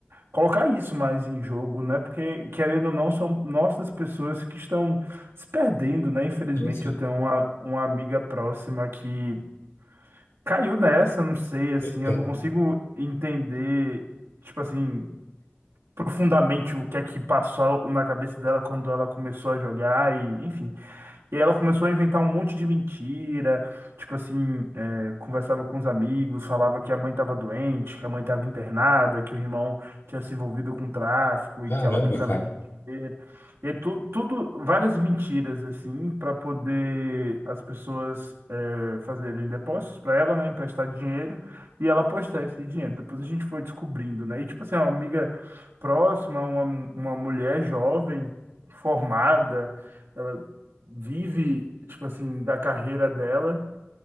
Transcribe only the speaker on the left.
Sim, sim.
Eita,
caramba,
cara.